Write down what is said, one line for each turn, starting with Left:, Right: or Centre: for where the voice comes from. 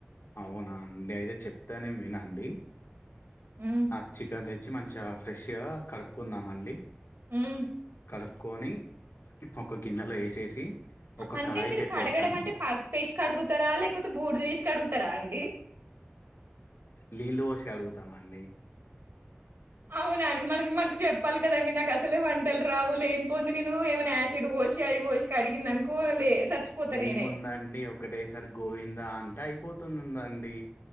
Left: అవునా అండి అయితే చెప్తానే వినండి
Right: హ్మ్.
Left: ఆ చికెన్ చి మంచిగా ఫ్రెష్గా కడుక్కున్నామండి
Right: ఆమ్
Left: కడుక్కకొని ఒక గిన్నెలో వేసేసి ఒక
Right: అంటే
Left: కడాయి
Right: మీరు
Left: పెట్టేసాం
Right: కడగడం అంటే పసుపుేసి కడుగుతారా లేకపోతే బూర్డు ఏసీ కడుగుత ంటార అండి
Left: లీలో శ అడుగు త అండి
Right: అవునా అండి మరి మాకు చెప్పాలి కదండి నాకు అసలే వంటలు రావు లేని పోంది నేను ఏమైనా యాసిడ్ వష అఐ వాష్ అడిగింద అనుకో లే చచ్చిపోతా
Left: ఏముందండి
Right: నేనే.
Left: ఒకటేసారి గోవింద అంటే అయిపోతు <inaudible> అండి